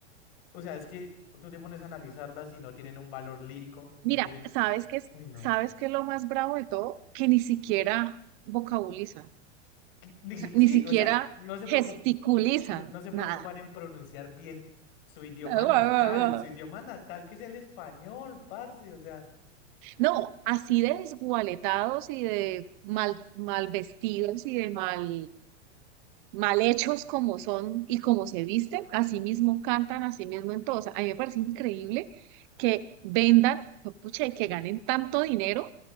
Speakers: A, on the left (about 50°); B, on the right (about 45°).
A: O sea, es que tú te pones a analizarlas y no tienen un valor lírico,
B: Mira,
A: no tienen.
B: ¿sabes qué es,
A: Uy, no.
B: sabes qué es lo más bravo de todo? Que ni siquiera vocabulizan.
A: Ni
B: sea,
A: siqui-
B: ni
A: Sí,
B: siquiera
A: o sea, no se
B: gesticulizan
A: preocup- no, no se
B: nada.
A: preocupan en pronunciar bien su idioma
B: <laughs>
A: natal, su idioma natal que es el español, parce, o sea,
B: No, así de desgualetados y de mal, mal vestidos y de mal, mal hechos como son y como se visten, así mismo cantan, así mismo en todo. O sea, a mí me parece increíble que vendan, pucha, y que ganen tanto dinero